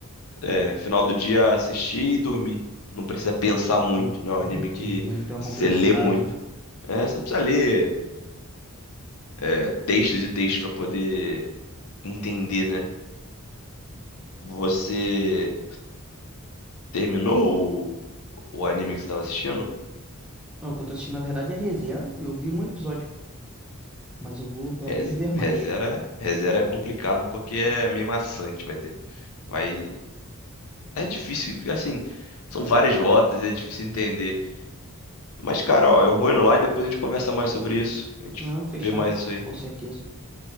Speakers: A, on the left; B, in the centre.
A: É, final do dia assistir e dormir. Não precisa pensar muito,
B: não-
A: né? É um anime
B: não entendi,
A: que
B: não tem uma
A: você
B: complexidade,
A: lê muito.
B: né?
A: É, você não precisa ler é, textos e textos pra poder entender, né? Você terminou o, o anime que você estava assistindo?
B: Não, o que eu tô assistindo, na verdade, é ReZero e eu vi um episódio. Mas eu vou, planejo
A: Rez-
B: ver mais.
A: Rezero é, ReZero é complicado porque é meio maçante, vai ter, vai, é difícil, assim, são várias rotas, é difícil entender. Mas, cara, ó, eu vou indo lá e depois a gente conversa mais sobre isso. A gente
B: Não, fechado,
A: vê mais isso
B: com
A: aí.
B: certeza.